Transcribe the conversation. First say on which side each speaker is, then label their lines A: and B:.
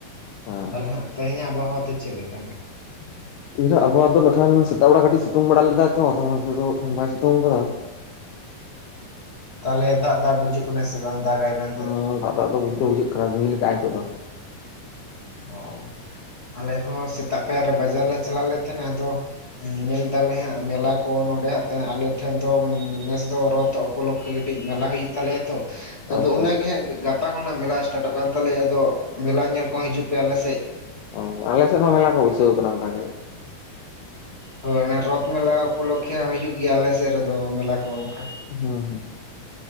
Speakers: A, on the left; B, on the left.
A: ᱦᱮᱸ
B: ᱛᱟᱦᱚᱞᱮ ᱦᱟᱸᱜ ᱛᱮᱦᱮᱧᱟᱜ ᱟᱵᱚᱦᱟᱣᱟ ᱫᱚ ᱪᱮᱫ ᱞᱮᱠᱟᱱᱟᱜ?
A: <inaudible> ᱛᱤᱦᱤᱧ ᱟᱵᱚᱣᱟᱜ ᱫᱚ ᱠᱷᱟᱱ ᱥᱮᱛᱟᱜ ᱵᱮᱲᱟ ᱠᱟᱹᱴᱤᱡ ᱥᱤᱛᱩᱝ ᱵᱮᱲᱟ ᱞᱮᱫᱟ ᱛᱚ ᱟᱫᱚᱛᱮ ᱫᱚ ᱠᱷᱟᱱ ᱵᱟᱭ ᱥᱤᱛᱩᱝ ᱟᱠᱟᱫᱟ᱾
B: ᱛᱟᱦᱚᱞᱮ ᱫᱟᱜ ᱫᱟᱜ ᱵᱩᱡᱷᱟᱹᱜ ᱠᱟᱱᱟ ᱥᱮ ᱵᱟᱝ? ᱫᱟᱜᱟᱭ ᱢᱮᱱᱛᱮ
A: ᱦᱩᱸ ᱫᱟᱜ ᱫᱟᱜ ᱫᱚ ᱵᱩᱡ ᱫᱚ ᱵᱩᱡᱟᱹᱜ ᱠᱟᱱᱟ ᱨᱤᱢᱤᱞ ᱞᱮᱠᱟ ᱱᱤᱛᱚᱜ ᱫᱚ᱾
B: ᱚᱸ ᱟᱞᱮ ᱦᱚᱸ ᱥᱮᱛᱟᱜ ᱯᱟᱭᱟᱨ ᱨᱮ ᱵᱟᱡᱟᱨ ᱞᱮ ᱪᱟᱞᱟᱣ ᱞᱮᱱ ᱛᱟᱦᱮᱱᱟ ᱟᱫᱚ ᱧᱮᱞ ᱫᱟᱞᱮ ᱦᱟᱸᱜ ᱢᱮᱞᱟ ᱠᱚ ᱱᱚᱸᱰᱮ ᱟᱞᱮ ᱴᱷᱮᱱ ᱫᱚ ᱱᱮᱥ ᱫᱚ ᱨᱚᱛ ᱩᱯᱚᱞᱚᱠᱠᱷᱮ ᱠᱟᱹᱴᱤᱡ ᱢᱮᱞᱟ ᱦᱩᱭᱩᱜ ᱛᱟᱞᱮᱭᱟ ᱛᱚ ᱟᱫᱚ
A: ᱟᱪᱪᱷᱟ
B: ᱚᱱᱟᱜᱮ ᱦᱟᱸᱜ ᱜᱟᱯᱟ ᱠᱷᱚᱱᱟᱜ ᱢᱮᱞᱟ ᱮᱥᱴᱟᱴᱚᱜ ᱠᱟᱱ ᱛᱟᱞᱮᱭᱟ ᱟᱫᱚ ᱢᱮᱞᱟ ᱧᱮᱞ ᱠᱚ ᱦᱤᱡᱩᱜ ᱯᱮ ᱟᱞᱮᱥᱮᱫ᱾
A: ᱚᱸ ᱟᱞᱮᱥᱮᱫ ᱦᱚᱸ ᱢᱮᱞᱟ ᱠᱚ ᱵᱟᱭᱥᱟᱹᱣ ᱠᱟᱱᱟ ᱚᱱᱠᱟ ᱜᱮ᱾
B: ᱦᱳᱭ ᱚᱱᱟ ᱨᱚᱛ ᱢᱮᱞᱟ ᱩᱯᱚᱞᱚᱠᱠᱷᱮ ᱦᱚᱸ ᱦᱚᱭᱳᱜ ᱜᱮᱭᱟ ᱟᱞᱮᱥᱮᱫ ᱨᱮᱫᱚ ᱢᱮᱞᱟ ᱠᱚ ᱚᱱᱠᱟ᱾
A: ᱦᱩᱸ ᱦᱩᱸ᱾